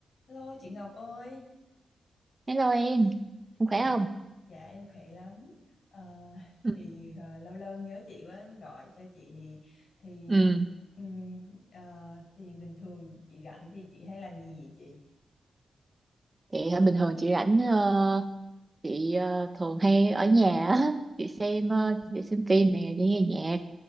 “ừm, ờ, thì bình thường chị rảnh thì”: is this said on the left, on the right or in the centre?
Left